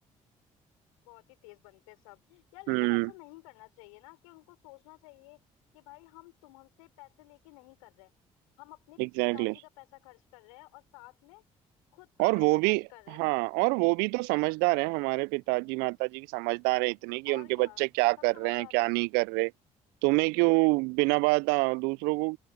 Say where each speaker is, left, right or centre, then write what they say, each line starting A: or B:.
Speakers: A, on the left; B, on the right.
A: बहुत ही तेज बनते हैं सब यार लेकिन
B: हम्म
A: ऐसा नहीं करना चाहिए ना कि उनको सोचना चाहिए कि भाई हम तुम हमसे पैसे लेके नहीं कर रहे हम अपने
B: एग्जैक्टली
A: पिताजी का पैसा खर्च कर रहे हैं और साथ में खुद का
B: और
A: पैसा
B: वो भी
A: खर्च कर रहे
B: हाँ
A: हैं
B: और वो भी तो समझदार है हमारे पिताजी माताजी समझदार है इतने कि
A: और
B: उनके
A: क्या
B: बच्चे क्या
A: सब
B: कर
A: समझदार
B: रहे हैं क्या
A: हैं
B: नहीं कर रहे तुम्हें क्यों बिना बात आ, दूसरों को